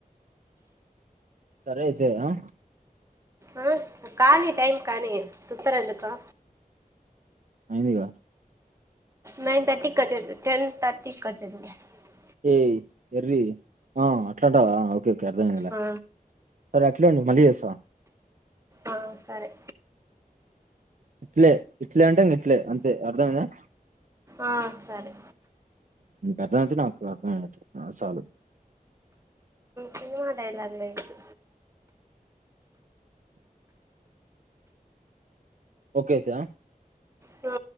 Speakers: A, on the right; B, on the right.
A: సరే అయితే ఆ
B: ఆ కానీ టైం కానీ తుత్తరా ఎందుకో
A: అయిందిగా
B: nine thirty attend ten thirty కి <unintelligible>
A: ఏయ ఎర్రి ఆ అట్లాంటావా ఓకే అర్థం అయ్యింది లే
B: ఆ,
A: అట్లే ఉండు మళ్ళీ చేస్త
B: ఆ సరే
A: ఇట్లే ఇట్లే అంటే ఇట్లే అంతే అర్ధం అయ్యిందా
B: ఆ సరే
A: అర్థ నాకు అర్థ సాలలు
B: సినిమా డైలాగులు వేయకు
A: ఒకే <unintelligible>
B: ఆ